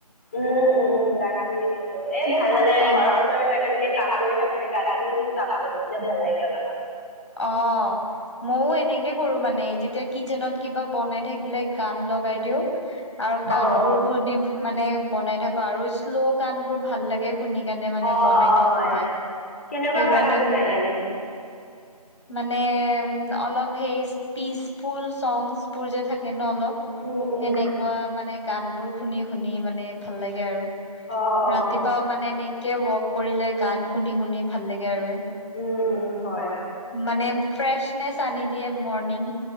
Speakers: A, on the left (about 20°); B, on the left (about 50°).
A: উম-উম গান শুনি আছিলো এ ভাল নালাগে
B: অ',
A: ঘৰত মই মানে কাম কৰি থাকোতে গান শুনি শুনি কাম কৰো তেতিয়া ভাল লাগিল অল
B: অ মইও এনেকে কৰো মানে যেতিয়া। কিটচেনত কিবা বনাই থাকিলে গান লগাই দিও আৰু গান
A: অ
B: বোৰ শুনি। মানে বনাই থাকো আৰু শ্ল' গান বোৰ ভাল লাগে। শুনি কেণে মানে
A: অ
B: বনাই
A: অ
B: থাকোতে
A: হয় কেনেকুৱা
B: সেইকাৰণে।
A: গান শুনা এনে তুমি
B: মানে অলপ সেই পিচফুল চংবোৰ যে থাকে। এনে অলপ
A: উম উম
B: সেনেকুৱা মানে গানবোৰ শুনি শুনি মানে ভাল লাগে আৰু।
A: অ অ
B: ৰাতিপাও মানে এনেকে ৱক কৰি লৈ গান শুনি-শুনি ভাল লাগে আৰু।
A: উম-উম হয়।
B: মানে ফ্ৰেছনেছ আনি দিয়ে মৰ্ণিং।